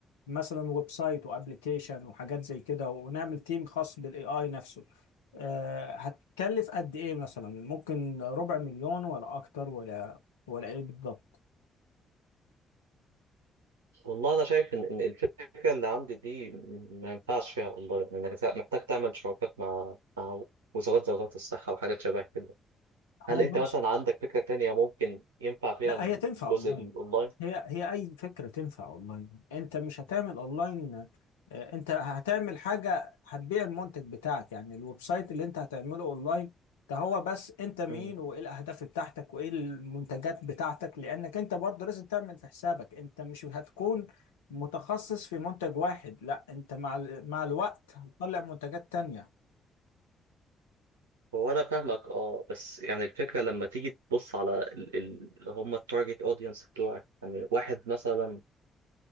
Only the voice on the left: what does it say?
مثلا ويب سايت وابلكيشن وحاجات زي كده ونعمل تيم خاص بالاي اي نفسه آه هتكلف قد ايه مثلا ممكن ربع مليون ولا اكتر ولا ولا ايه بالضبط
هو
ماشي
لا
هي تنفع اونلاين
هي هي اي فكره تنفع اونلاين انت مش هتعمل اونلاين آه، انت هتعمل حاجه هتبيع المنتج بتاعك يعني الويب سايت اللي انت هتعمله اونلاين ده هو بس انت مين
وايه الاهداف بتاعتك وايه المنتجات بتاعتك لانك انت برضه لازم تعمل في حسابك انت مش هتكون متخصص في منتج واحد لا انت مع ال- مع الوقت هتطلع منتجات تانية